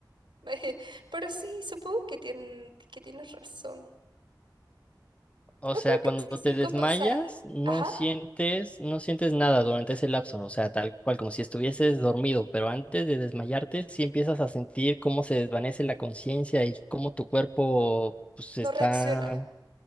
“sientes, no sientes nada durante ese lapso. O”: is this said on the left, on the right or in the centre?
Left